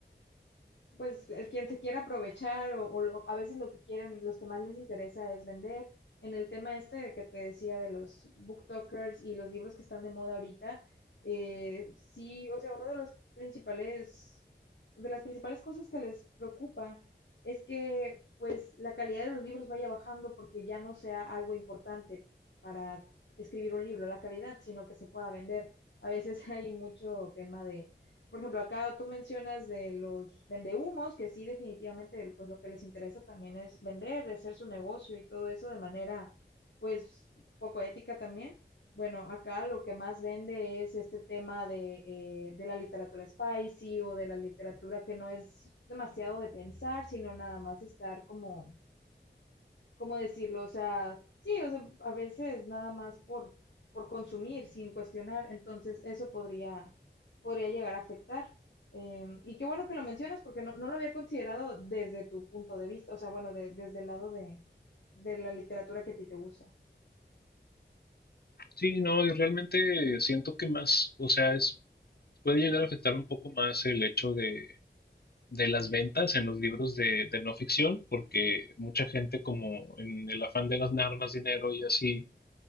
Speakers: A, on the left; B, on the left.
A: pues el quien se quiera aprovechar o, o lo- a veces lo que quieren, los que más les interesa es vender. En el tema este que te decía de los booktokers y los libros que están de moda ahorita, eh, sí, o sea, uno de los principales, de las principales cosas que les preocupa es que pues la calidad de los libros vaya bajando porque ya no sea algo importante para escribir un libro, la calidad, sino que se pueda vender. A veces <laughs> hay mucho tema de por ejemplo, acá tú mencionas de los vendehumos, que sí, definitivamente, pues lo que les interesa también es vender, hacer su negocio y todo eso de manera, pues, poco ética también. Bueno, acá lo que más vende es este tema de, eh, de la literatura spicy o de la literatura que no es demasiado de pensar, sino nada más estar como ¿cómo decirlo? O sea, sí, o sea, a veces nada más por, por consumir sin cuestionar, entonces eso podría, podría llegar a afectar. Eh, y qué bueno que lo mencionas porque no, no lo había considerado desde tu punto de vista, o sea, bueno, de- desde el lado de, de la literatura que a ti te gusta.
B: Sí, no, y realmente siento que más, o sea, es, puede llegar a afectar un poco más el hecho de de las ventas en los libros de, de no ficción, porque mucha gente como en el afán de ganar más dinero y así,